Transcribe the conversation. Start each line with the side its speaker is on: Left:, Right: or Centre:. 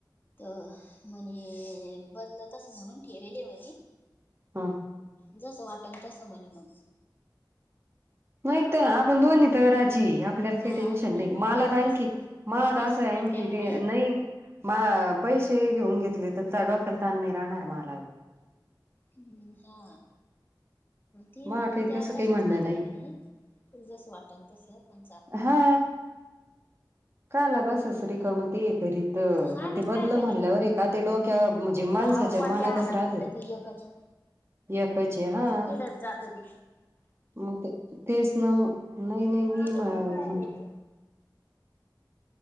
Left: तो म्हणे बदलतसं म्हणून केलेले म्हणे.
Right: हा.
Left: जसं वाटल तसं म्हणे मग,
Right: नाहीत आपण दोन तर राजी आपल्याला
Left: हा
Right: काही टेन्शन नाही.
Left: मग
Right: मला
Left: त्या बी
Right: तर आणखी
Left: तसंच म्हण
Right: मला
Left: त्या तशाच
Right: असं आहे
Left: मांडल्या
Right: आणखी
Left: म्हणे
Right: ते नाही. मा पैसे घेऊन घेतले तर, त डोक्याला ताण नाही राहणार मला.
Left: हम् हा. ती
Right: मा
Left: म्हणे
Right: काही
Left: त्या
Right: तसं
Left: तशाच
Right: काही म्हणणं
Left: म्हणल्या
Right: नाही
Left: म्हणे, त जस वाटल तसं पण चाल
Right: हा काला बसस रीकाम ते एकरीत तर आणि
Left: हा मग
Right: ते बदल
Left: काय तरी
Right: म्हणल्यावर एका ते डोक्या म्हणजे
Left: अहो
Right: माणसाच्या
Left: कोणत्या
Right: मनातच
Left: हाताने
Right: राहत
Left: खाल्लं
Right: ते.
Left: एकच
Right: एकाचे हा
Left: तिडच जात ते
Right: मग, ते तेच ना मग. नाही नाही
Left: मग
Right: मी
Left: आता
Right: म
Left: त्याला काय
Right: म्हण